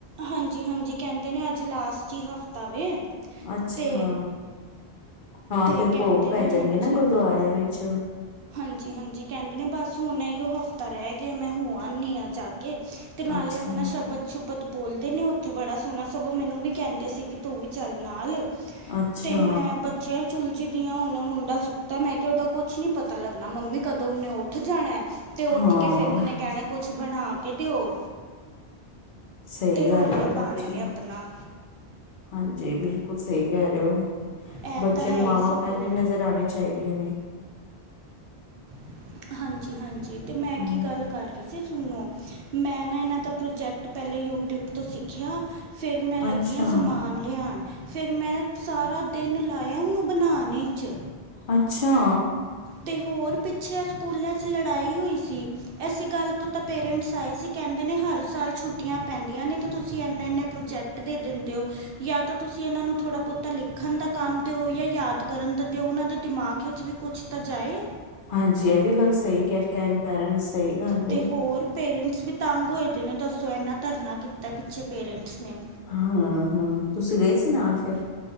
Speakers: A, on the right (about 65°); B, on the left (about 55°).
A: ਹਾਂਜੀ-ਹਾਂਜੀ, ਕਹਿੰਦੇ ਨੇ ਅੱਜ ਲਾਸਟ ਹੀ ਹਫ਼ਤਾ ਵੇ।
B: ਅੱਛਾ,
A: ਤੇ
B: ਹਾਂ
A: ਤੇ
B: ਫੇਰ
A: ਕਹਿੰਦੇ
B: ਭੋਗ ਪੈ
A: ਨੇ
B: ਜਾਨਗੇ
A: ਹਾਂਜੀ
B: ਨਾ, ਗੁਰਦੁਆਰੇਆਂ ਵਿੱਚ
A: ਹਾਂਜੀ- ਹਾਂਜੀ ਕਹਿੰਦੇ ਨੇ, ਬਸ ਹੁਨ ਏਈੳ ਹਫ਼ਤਾ ਰੇਅ ਗੇਆ, ਮੈਂ ਹੋ ਆਨੀ ਆਂ ਜਾ ਕੇ। ਕੇ ਤੇ ਨਾਲੇ
B: ਅੱਛਾ
A: ਆਪਨਾ ਸ਼ਬਦ ਸ਼ੁਬਤ ਬੋਲਦੇ ਨੇ, ਉੱਥੇ ਬੜਾ ਸੋਹਨਾ, ਸਗੋਂ ਮੈਨੂੰ ਵੀ ਕਹਿੰਦੇ ਸੀ ਕਿ ਤੂੰ ਵੀ ਚੱਲ ਨਾਲ,
B: ਅੱਛਾ
A: ਤੇ ਮੈਂ ਬਚ ਬੱਚੇਆਂ ਚ ਉਲਝੀ ਦੀਆਂ ਹੁਨੇ, ਮੁੰਡਾ ਸੁੱਤਾ ਮੈਂ ਕੇਆ ਉਦਾ ਕੁਛ ਨੀ ਪਤਾ ਲੱਗਨਾ, ਮੰਮੀ ਕਦੋਂ ਉਨੇ ਉੱਠ ਜਾਨਾਂ ਤੇ ਉੱਠ
B: ਹਾਂ
A: ਕੇ ਫੇਰ ਉਨੇ ਕਹਿਨਾ। ਕੁਛ ਬਨਾ ਕੇ ਦੇਓ,
B: ਸਹੀ
A: ਤੇ
B: ਗੱਲ
A: ਰੌਲੇ
B: ਹੈ ਬੱਚੇ
A: ਪਾਨੇ ਨੇ ਆਪਨਾ।
B: ਹਾਂਜੀ, ਬਿਲਕੁਲ ਸਹੀ ਕੇਅ ਰੇਅ ਹੋ,
A: ਇਹ
B: ਬੱਚੇਆਂ
A: ਤਾਂ ਹੈ
B: ਨੂੰ ਮਾਵਾਂ
A: ਹੀ ਸਗੋਂ
B: ਪਹਿਲੇ ਨਜ਼ਰ ਆਨੇ ਚਾਹੀਦੀਆਂ ਨੇ।
A: <inaudible> ਹਾਂਜੀ- ਹਾਂਜੀ ਤੇ ਮੈਂ
B: ਹੂੰ,
A: ਕੀ ਗੱਲ ਕਰ ਰਹੀ ਸੀ, ਸੁਣੋ ਮੈਂ ਨਾ ਇਨਾਂ ਦਾ ਪ੍ਰੋਜੈਕਟ ਪਹਿਲੇ ਯੂ ਟਿਊਬ ਤੋਂ ਸਿੱਖਿਆ, ਫੇਰ ਮੈਂ ਲੱਗੀ
B: ਅੱਛਾ
A: ਆਂ, ਸਮਾਨ ਲਿਆਨ। ਫੇਰ ਮੈਂ ਸਾਰਾ ਦਿਨ ਲਾਏਆ, ਉਨੂੰ ਬਨਾਨ ਵਿਚ।
B: ਅੱਛਾ।
A: ਤੇ ਹੋਰ ਪਿੱਛੇ ਏ ਸਕੂਲਾਂ ਚ ਲੜਾਈ ਹੋਈ ਸੀ, ਐਸੀ ਗੱਲ ਤੋਂ ਤਾਂ ਪੇਰੈਂਟਸ ਆਏ ਸੀ। ਕਹਿੰਦੇ ਨੇ ਹਰ ਸਾਲ ਛੁੱਟੀਆਂ ਪੈਂਦੀਆਂ ਨੇ, ਤਾਂ ਤੁਸੀਂ ਇੰਨੇ-ਇੰਨੇ ਪ੍ਰੋਜੈਕਟ ਦੇ ਦਿੰਦੇ ਹੋ। ਜਾਂ, ਤਾਂ ਤੁਸੀਂ ਇਨਾਂ ਨੂੰ ਥੋੜ੍ਹਾ ਬੋਹਤ। ਤਾਂ ਲਿਖਨ ਦਾ ਕੰਮ ਦੇਓ, ਜਾਂ ਯਾਦ ਕਰਨ ਦਾ ਦੇਓ, ਉਨਾਂ ਦੇ ਦਿਮਾਗ ਵਿੱਚ ਵੀ ਕੁਛ ਤਾਂ ਜਾਏ।
B: ਹਾਂਜੀ, ਇਹ ਵੀ ਗੱਲ ਸਹੀ ਕਰ ਕੇ ਆਏ ਨੇ, ਪੈਰੈਂਸ ਸਹੀ ਗੱਲ।
A: ਤੇ
B: ਏ
A: ਹੋਰ ਪੇਰੈਂਸ ਵੀ ਤੰਗ ਹੋਏ ਦੇ ਨੇ, ਦੱਸੋ ਇਨਾਂ ਧਰਨਾ ਕੀਤਾ ਪਿੱਛੇ ਪੇਰੈਂਸ ਨੇ।
B: ਹਾਂ- ਹਾਂ, ਤੁਸੀਂ ਗਏ ਸੀ ਨਾਲ ਫੇਰ।